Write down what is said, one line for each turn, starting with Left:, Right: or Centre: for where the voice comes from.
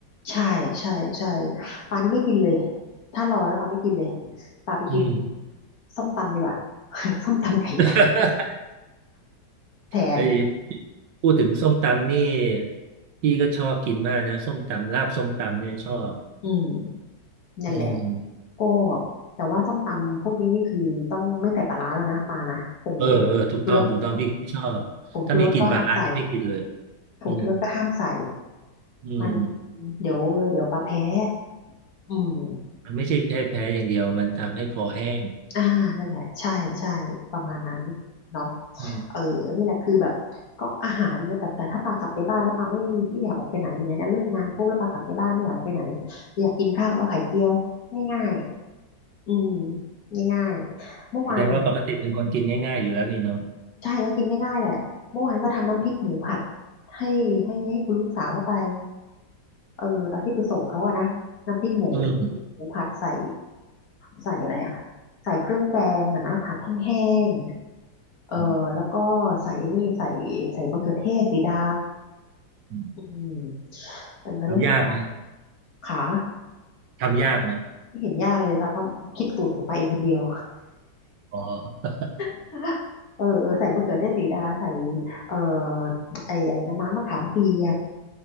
Left: ใช่ใช่ใช่ปลานี่ไม่กินเลยถ้ารอแล้วปลาไม่กินเลยปลาไปกิน
Right: อืม
Left: ส้มตำดีกว่า <laughs> ส้มตำไก่ย่าง
Right: <laughs>
Left: แทน
Right: เอ้ยพูดถึงส้มตำนี่พี่ก็ชอบกินมากนะส้มตำลาบส้มตำเนี่ยชอบ
Left: อืมนั่นแหละ
Right: อืม
Left: ก็แต่ว่าส้มตำพวกนี้นี่คือต้องไม่ใส่ปลาร้าแล้วนะปลานะผง
Right: เออเออถูกต้องถูกต้องพี่พี่ชอบถ้ามีกลิ่นปลาร้านี่ไม่กินเลย
Left: ชูรสผงชูรสก็ห้ามใส่ผงชูรสก็ห้ามใส่
Right: อืมอืม
Left: มันเดี๋ยวเดี๋ยวปลาแพ้อืม
Right: มันไม่ใช่แค่แพ้อย่างเดียวมันทำให้คอแห้ง
Left: อ่านั่นแหละใช่ใช่ประมาณนั้นเนาะ
Right: อืม
Left: เออนี่แหละคือแบบก็อาหารเนี่ยแต่แต่ถ้าปากลับไปบ้านแล้วปาไม่ไม่อยากออกไปไหนเหมือนเนี้ยนะเลิกงานปุ๊บแล้วปากลับไปบ้านไม่อยากออกไปไหนอยากกินข้าวก็ไข่เจียวง่ายๆอืมง่ายๆเมื่อวาน
Right: แสดงว่าปกติเป็นคนกินง่ายๆอยู่แล้วนี่เนาะ
Left: ใช่ก็กินง่ายๆแหละเมื่อวานก็ทำน้ำพริกหมูผัดให้ให้ให้คุณลูกสาวเข้าไปเออตอนที่ไปส่งเขาอะนะน้ำพริกหมู
Right: อืมอ
Left: หมูผัดใส่ใส่อะไรอะใส่เครื่องแกงอะนะผัดแห้ง เออแล้วก็ใส่นี่ใส่ใส่มะเขือเทศสีดา
Right: ืมอืม
Left: อืมใส่มะเขือเทศสีดา
Right: ทำยากไหม
Left: ขา
Right: ทำยากไหม
Left: ไม่เห็นยากเลยป้าก็คิดสูตรของป้าเองคนเดียว
Right: อ๋อ
Left: <laughs> เออใส่มะเขือเทศสีดาใส่เอ่อไอ้อะไรนะน้ำมะขามเปียก